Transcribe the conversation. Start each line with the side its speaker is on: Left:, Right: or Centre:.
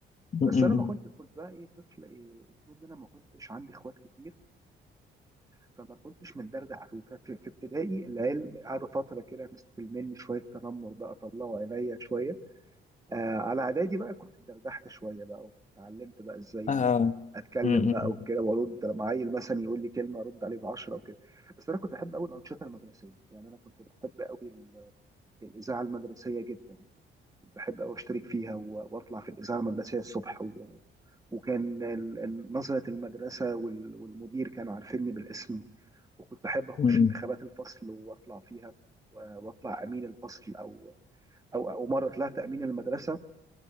Left: م-
Right: بس
Left: م-
Right: انا ما كنت
Left: م.
Right: كنت بقى ايه طفل إيه كمان انا ما كنتش عندي اخوات كتير فما كنتش متدردح قوي ففي في ابتدائي العيال قعدوا فتره كده مستقل مني شويه تنمر بقى طلعوا عينيا شويه آه على اعدادي بقى كنت اتدردحت شويه بقى واتعلمت بقى ازاي
Left: آه.
Right: اتكلم
Left: م-
Right: بقى
Left: م-
Right: وكده وارد لما عيل مثلا يقول لي كلمه ارد عليه بعشره وكده بس انا كنت احب قوي الانشطه المدرسيه يعني انا كنت بحب قوي الاذاعه المدرسيه جدا بحب أوي أشترك فيها و- وأطلع في الإذاعة المدرسية الصبح و... وكان ال- ال- نظرة المدرسة وال- والمدير كانوا عارفيني بالاسم وكنت بحب أخش
Left: م- م.
Right: انتخابات الفصل وأطلع فيها و- وأطلع أمين الفصل أو أو أو مرة طلعت أمين المدرسة